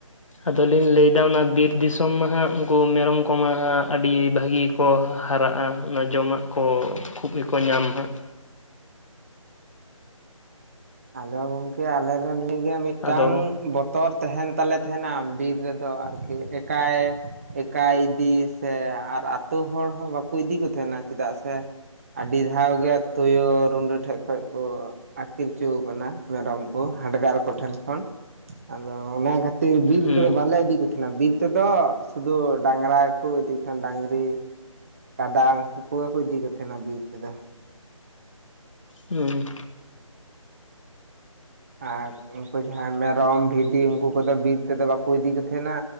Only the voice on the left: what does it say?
ᱟᱫᱚᱞᱤᱧ ᱞᱟᱹᱭᱫᱟ ᱚᱱᱟ ᱵᱤᱨ ᱫᱤᱥᱚᱢ ᱢᱟᱦᱟᱸᱜ ᱩᱝᱠᱩ ᱢᱮᱨᱚᱢ ᱠᱚᱢᱟ ᱦᱟᱸᱜ ᱟᱹᱰᱤ ᱵᱷᱟᱹᱜᱤ ᱠᱚ ᱦᱟᱨᱟᱜᱼᱟ, ᱚᱱᱟ ᱡᱚᱢᱟᱜ ᱠᱚ ᱠᱷᱩᱵ ᱜᱮ ᱠᱚ ᱧᱟᱢ ᱦᱟᱸᱜ᱾
ᱟᱫᱚ
ᱦᱩᱸ
ᱦᱩᱸᱻ᱾